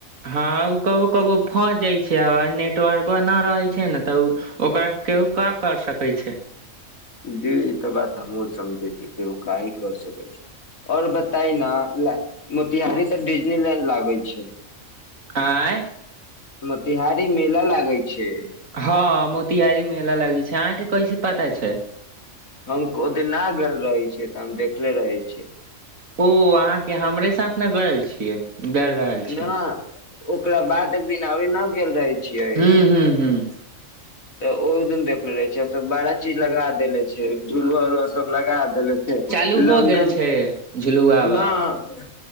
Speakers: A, on the right; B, on the left.
A: हँअ् उ कबो कबो फंस जाय छैइ आ नेटवर्क न रहै छै न तऽ ओकरा के का कर सकै छै
B: जी ई त बात हमहुं समझै छियै कि कोई काहि कर सकै छै और बताई न मोतिहारी तऽ डिजनीलैंड लागै छै
A: आँय
B: मोतीहारी मेला लागै छै
A: हां मोतिहारी मेला लागै छै अहाँके कैसे पता छै
B: हम ओदिन ना गेल रहै छियै तऽ हम देखले रहै छियै
A: ओ अहाँके हमरे साथ न गैल छियै गयल रहल छी
B: न ओकरा बाद एक दिन आरो न गेल रहै छियै
A: हूँ हूँ हूँ
B: तऽ ओ दिन देखले रहै छिअई त बड़ा चीज लगा देेले छिअइ झूलुआ उलुआ सब लगा देेले छै
A: चालू हो
B: लन्दन
A: गेल छै झुलुआबा
B: न